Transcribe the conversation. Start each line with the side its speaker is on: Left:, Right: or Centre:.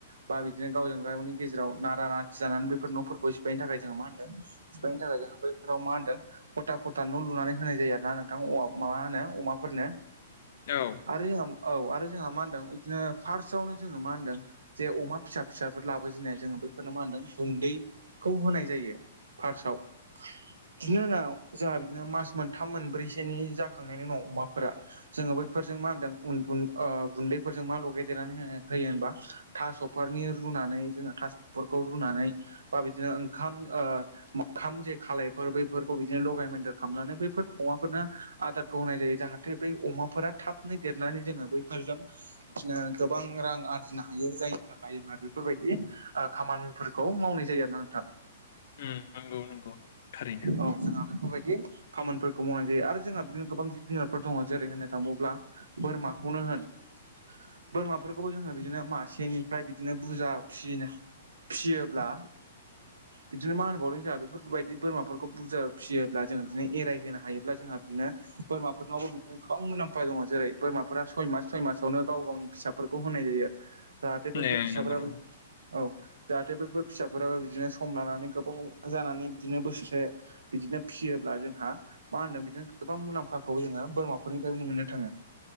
Right: बा बिदिनो गावजों गावनि गेजेराव नारा नाथि जानानै बेफोर न'फोरखौ सिफायनो थाखाय जोङो मा होनदों? सिफायनो थाखाया जोङो बै फोराव मा होनदों खथा खथा न' लुनानै होनाय जायो आरो ना नोंथां अवा मा होनो अमाफोरनो।
Left: औ
Right: आरो जोंहा औ आरो जोंहा मा होनदों बिदिनो फार्स्टआवनो जोङो मा होनदों? जे अमा फिसा फिसाफोर लाबोजेननाय जोङो बेफोरनो मा होनदों गुन्दैखौ होनाय जायो। फार्स्टआव बिनि उनाव जोंहा बिदिनो मास मोनथाम मोनब्रैसेनि जाखांनायनि उनाव अमाफोरा जोङो बै फोरजों मा होनदों उन गुन ओ गुन्दैफोरजों मा लगायदेरनानै होयो होनबा? थास'फोरनि रुनानै जोङो थास'फोरखौ रुनानै बा बिदिनो ओंखाम ओ मओखाम जे खालायफोर बैफोरखौ बिदिनो लगाय मेदेर खालामनानै बैफोर अमाफोरनो आदारखौ होनाय जायो जाहाथे बै अमाफोरा थाब देरनानै जोङो बैफोरजों बिदिनो गोबां रां आरजिनो हायो जाय थाखाय जोंहा बेफोरबायदि ओ खामानिफोरखौ मावनाय जायो आरो ना नोंथां।
Left: उम नंगौ नंगौ थारैनो
Right: औ जोंहा बेफोरबायदि खामानिफोरखौ मावनाय जायो आरो जोंहा बिदिनो गोबां जिब जुनार फोर दङ जेरै होननो थाबावब्ला बोरमाखौनो होन बोरमाफोरखौबो जोङो बिदिनो मासेनिफ्राय बिदिनो बुरजा फिसिनो फियोब्ला बिदिनो मा होनबावदों जोंहा बे बेफोरबायदि बोरमाफोरखौ बुरजा फियोब्ला जोङो बिदिनो एरायहोनो हायोब्ला जोंहा बिदिनो बोरमाफोरनावबो बिदिनो गोबां मुलाम्फा दङ जेरै बोरमाफोरा सय मास सय मासावनो गाव गावनि फिसाफोरखौ होनाय जायो। जाहाथे बैफोर
Left: ए
Right: फिसाफोराबो
Left: नंगौ नंगौ
Right: औ जाहाथे बैफोर फिसाफोराबो बिदिनो सम लानानै गोबाव जानानै बिदिनो बोसोरसे बिदिनो फिसियोब्ला जोंहा मा होनदों बिदिनो गोबां मुलाम्फाखौ जोङो बोरमाफोरनिफ्राय मोननो थाङो।